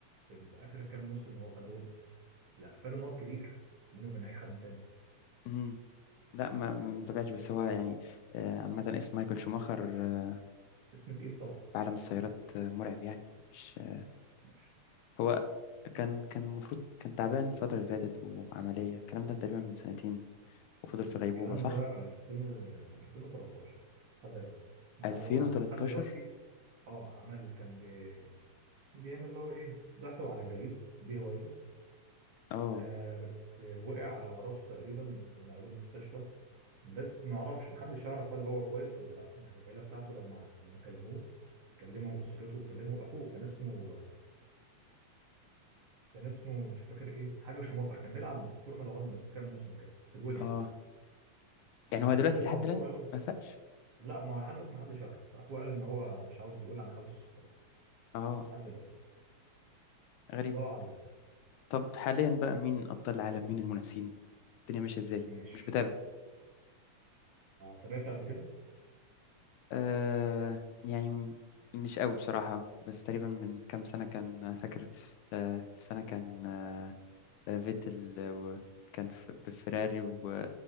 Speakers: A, on the right; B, on the left.
A: في اخر كام موسم هو خدهم لا فرق نقط كبير منه من اي حد تاني
B: فرق لا ما ما ما تابعتش بس هو يعني آه، عامة اسم مايكل شوماخر آه،
A: اسم تقيل طبعا
B: في عالم السيارات آه، مرعب يعني مش آه،
A: ماشي
B: هو كان كان المفروض كان تعبان الفترة اللي فاتت وعملية الكلام ده تقريبا من سنتين وفضل في
A: الكلام
B: غيبوبة صح؟
A: ده 2000 و 2013 لحد دلوقتي لحد
B: 2013
A: هو لحد دلوقتي اه عمل كان بي... بيعمل اللي هو ايه زحله على الجليد دي هوايته
B: اه
A: آه بس وقع على راسه تقريبا ونقلوه مستشفى بس ما اعرفش محدش يعرف هل هو كويس ولا لا يعني العيله بتاعته لما لما كلموه كلموا اسرته وكلموا اخوه كان اسمه كان اسمه مش فاكر ايه حاجه شوماخر كان بيلعب في فورمولا 1 بس كام موسم كده في الويليامز
B: اه يعني
A: آه
B: هو دلوقتي
A: كلموا
B: لحد
A: اخوه
B: الآن
A: قالوا
B: ما فاقش
A: لا ما لحد دلوقتي ما حدش يعرف اخوه قال ان هو مش عاوز يقول عن حالته الصحيه
B: اه
A: لحد دلوقتي
B: غريبة
A: الله اعلم بقى
B: طب حاليا بقى مين أبطال العالم مين المنافسين الدنيا ماشية ازاي؟
A: ماشي
B: مش بتابع
A: تابعت قبل كده
B: آه يعني م- مش قوي بصراحة بس تقريبا من كام سنة كان فاكر آه في سنة كان آه آه، فيتل آه، و- كان في- بفيراري و-